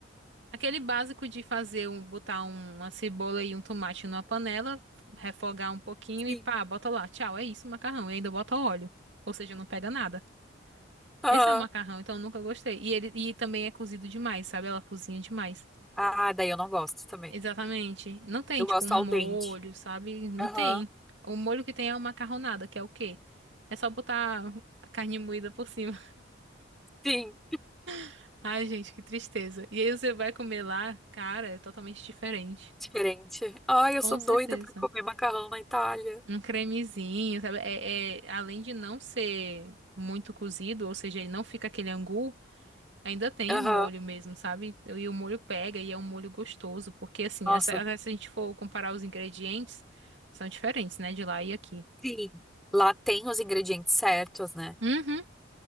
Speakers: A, on the right; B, in the centre.
A: Aquele básico de fazer um, botar uma cebola e um tomate numa panela, refogar um pouquinho
B: sim,
A: e pá, bota lá. Tchau, é isso, o macarrão. E ainda bota óleo. Ou seja, não pega nada.
B: aham.
A: Esse é o macarrão, então eu nunca gostei. E ele e também é cozido demais, sabe? Ela cozinha demais.
B: Ah, daí eu não gosto também.
A: Exatamente. Não tem,
B: Eu
A: tipo,
B: gosto
A: um molho,
B: al dente.
A: sabe? Não
B: Aham.
A: tem. O molho que tem é uma macarronada, que é o quê? É só botar a carne moída por cima.
B: Sim.
A: <laughs> Ai, gente, que tristeza. E aí você vai comer lá, cara, é totalmente diferente.
B: Diferente. Ai, eu
A: Com
B: sou doida
A: certeza.
B: pra comer macarrão na Itália.
A: Um cremezinho, sabe? É, é- além de não ser muito cozido, ou seja, ele não fica aquele angu, ainda tem
B: Aham.
A: o molho mesmo, sabe? E o molho pega e é um molho gostoso, porque assim,
B: Nossa,
A: essa- essa- se a gente for comparar os ingredientes, são diferentes, né? De lá e aqui.
B: sim. Lá tem os ingredientes certos, né?
A: Uhum.